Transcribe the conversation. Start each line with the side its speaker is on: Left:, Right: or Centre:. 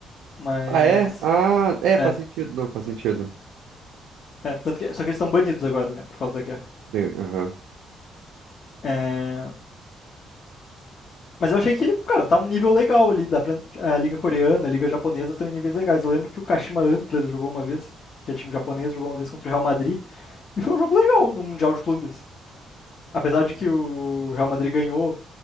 Left: mas.
Right: Ah, é? Ah, é, faz
Left: É,
Right: sentido. Não, faz sentido.
Left: é, tanto que, só que eles estão banidos agora, né, por causa da guerra.
Right: De- Aham.
Left: É, mas eu achei que, cara, tá um nível legal ali, dá pra, a Liga Coreana, a Liga Japonesa estão em níveis legais. Eu lembro que o Kashima Antlers jogou uma vez, que é time japonês, jogou uma vez contra o Real Madrid, e foi um jogo legal no Mundial de Clubes. Apesar de que o Real Madrid ganhou,